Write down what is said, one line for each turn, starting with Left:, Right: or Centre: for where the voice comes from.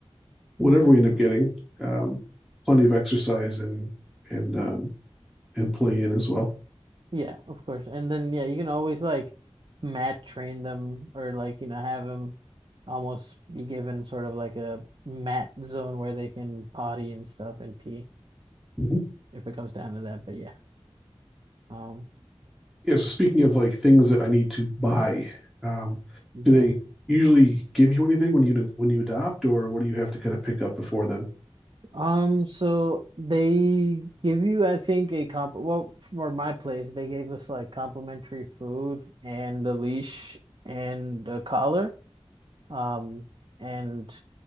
Centre: whatever we end up getting, um, plenty of exercise and and um, and play in as well.
Right: Yeah, of course. And then yeah, you can always like mat train them or like, you know, have them almost be given sort of like a mat zone where they can potty and stuff and pee
Centre: Mhm.
Right: if it comes down to that. But yeah. Um
Centre: yeah, so speaking of like things that I need to buy, um,
Right: Yeah.
Centre: do they usually give you anything when you when you adopt, or what do you have to kind of pick up before then?
Right: Um, so they give you, I think, a comp well, for my place, they gave us like complimentary food and a leash and a collar. Um, and